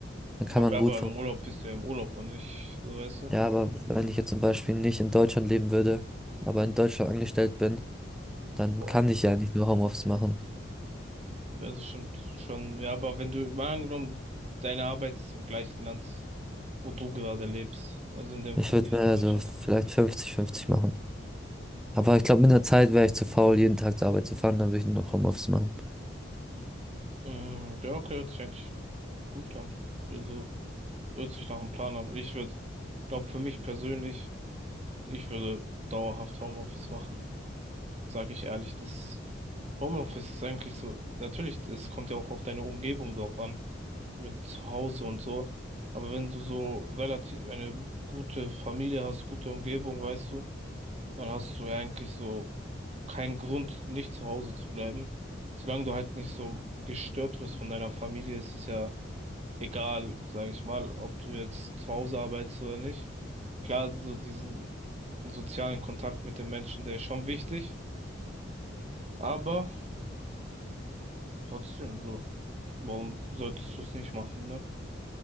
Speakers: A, in the centre; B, on the right (about 35°).
A: dann kann
B: Aber,
A: man
B: aber
A: gut von.
B: im Urlaub bist du ja im Urlaub und nicht, so weißt du?
A: Ja, aber wenn ich jetzt zum Beispiel nicht in Deutschland leben würde, aber in Deutschland angestellt bin, dann
B: Boah.
A: kann ich ja nicht nur Homeoffice machen.
B: Ja, das stimmt schon. Ja, aber wenn du, mal angenommen, deine Arbeit ist im gleichen Land, wo du gerade lebst, also in dem
A: Ich
B: Fall
A: würde
B: hier
A: mir also
B: in Deutschland.
A: vielleicht 50-50 machen. Aber
B: Okay.
A: ich glaube, mit der Zeit wäre ich zu faul, jeden Tag zur Arbeit zu fahren, dann würde ich nur noch Homeoffice machen.
B: Mhm, ja, okay, check. Gut dann. Also hört sich nach einem Plan an. Ich würde, glaube für mich persönlich, ich würde dauerhaft Homeoffice machen. Sage ich ehrlich, das Homeoffice ist eigentlich so, natürlich, es kommt ja auch auf deine Umgebung drauf an, mit zu Hause und so. Aber wenn du so relativ eine gute Familie hast, gute Umgebung, weißt du, dann hast du ja eigentlich so keinen Grund, nicht zu Hause zu bleiben. Solange du halt nicht so gestört wirst von deiner Familie, ist es ja egal, sage ich mal, ob du jetzt zu Hause arbeitest oder nicht. Klar, so diesen sozialen Kontakt mit den Menschen, der ist schon wichtig, aber trotzdem so, warum solltest du es nicht machen, ne?